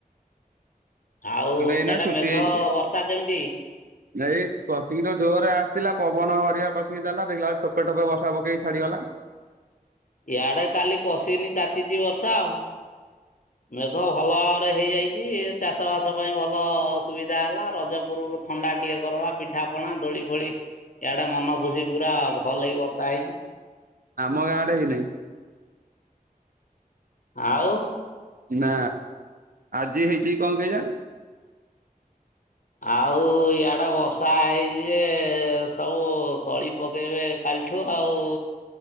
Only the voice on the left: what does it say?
ଆଉ
ସିଆଡ଼େ
ମେଘ
ବର୍ଷା କେମିତି?
ଇଆଡ଼େ କାଲି କଷିକିନି କାଚିଚି ବର୍ଷା ଆଉ। ମେଘ ଭଲଭାବରେ ହେଇଯାଇଚି ଚାଷ ବାସ ପାଇଁ ଭଲ ସୁବିଧା ହେଲା ରଜପୂର୍ବରୁ ଥଣ୍ଡା ଟିକେ କରିଦେଲା ପିଠାପଣା ଦୋଳି ଫଳି ଇଆଡ଼େ ମନ ଖୁସିପୁରା ଭଲ‌କି ବର୍ଷା ହେଇଚି।
ଆଉ।
ଆଉ ଇଆଡ଼େ ବର୍ଷା ହେଇଚିଯେ ସବୁ ତଳି ପକେଇବେ କାଲିଠୁ ଆଉ